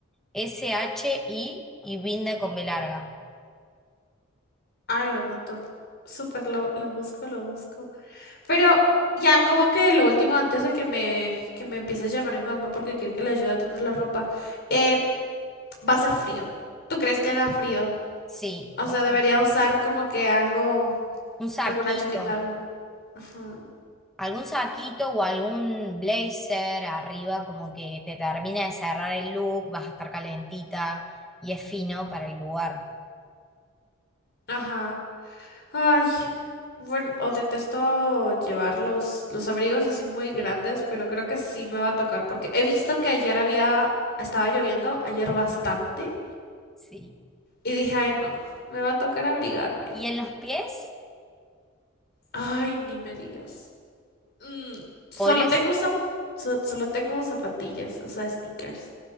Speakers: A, in the centre; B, on the left (about 50°).
A: S-H-I y Vinda con B larga.
B: ay, lo noto. Súper, lo, lo busco, lo busco. Pero ya, como que lo último, antes de que me, que me empiece a llamar mi mamá porque quiere que le ayude a tender la ropa, eh, va a ser frío. ¿Tú crees que haga frío?
A: Sí,
B: O
A: bastante.
B: sea, debería usar como que algo,
A: Un saquito.
B: alguna chaqueta, algo. Ajá.
A: algún saquito o algún blazer arriba como que te termina de cerrar el look, vas a estar calentita y es fino para el lugar.
B: Ajá. Ay, bueno, o detesto llevar los, los abrigos así muy
A: Sí,
B: grandes, pero creo que sí me va a tocar porque he visto que ayer había, estaba lloviendo, ayer bastante,
A: sí.
B: y dije, ay no, me va a tocar abrigarme.
A: Y en los pies
B: Ay, ni me digas. Mm, solo
A: podrías,
B: tengo zap- so- solo tengo zapatillas, o sea, sneakers.